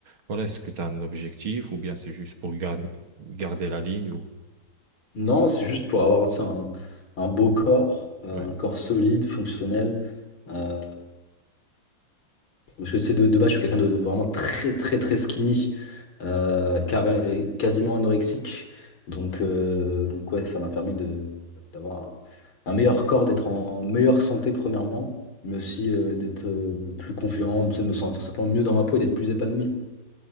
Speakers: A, on the right; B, on the left.
A: voilà, est-ce que tu as un objectif ou bien c'est juste pour gar- garder la ligne ou...
B: Non, c'est juste pour avoir, tu sais, un, un beau corps, euh,
A: Ouais.
B: un corps solide, fonctionnel. euh, parce que, tu sais, de, de base, je suis quelqu'un de, de vraiment très, très, très skinny, euh, carré- quasiment anorexique. Donc, euh, donc ouais, ça m'a permis de, d'avoir un, un meilleur corps, d'être en meilleure santé, premièrement, mais aussi euh, d'être euh, plus confiant, tu sais, de me sentir simplement mieux dans ma peau et d'être plus épanoui.